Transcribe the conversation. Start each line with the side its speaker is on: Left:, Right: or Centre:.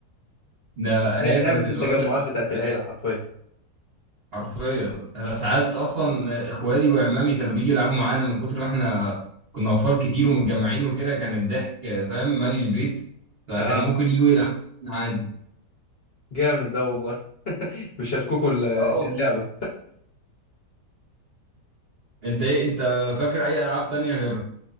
Right: ده
Left: لا-
Right: هي
Left: لعبه
Right: كانت الوكله
Left: التجمعات بتاعت
Right: بتاعتنا
Left: العيله حرفيا
Right: حرفيا انا ساعات اصلا اخوالي وعمامي كانوا بيجي يلعبوا معانا من كتر ما احنا كنا اطفال كتير ومتجمعين وكده كان الضحك فاهم مالي البيت فكانوا
Left: اه
Right: ممكن يجوا يلعبوا معانا عادي
Left: جامد ده والله <laughs> بيشاركوكوا ال-
Right: اه والله
Left: اللعبه
Right: انت ايه انت فاكر اي العاب تانية غير